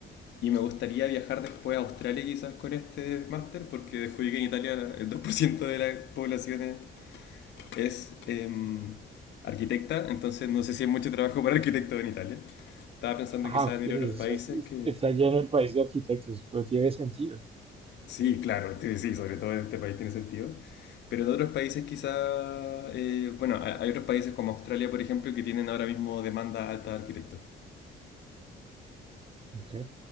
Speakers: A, on the left; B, on the right.
A: Y me gustaría viajar después a Australia quizás con este máster porque descubrí que en Italia el 2% de la población es es eh, arquitecta, entonces no sé si hay mucho trabajo para arquitectos en Italia. Estaba pensando
B: Ah,
A: quizás
B: ok,
A: en ir
B: es-
A: a otros países
B: es- es-
A: que...
B: está lleno el país de arquitectos, pero tiene sentido.
A: Sí, claro, t- sí, sobre todo en este país tiene sentido. Pero en otros países quizá... eh, bueno, hay hay otros países como Australia, por ejemplo, que tienen ahora mismo demanda alta de arquitectos.
B: Ok,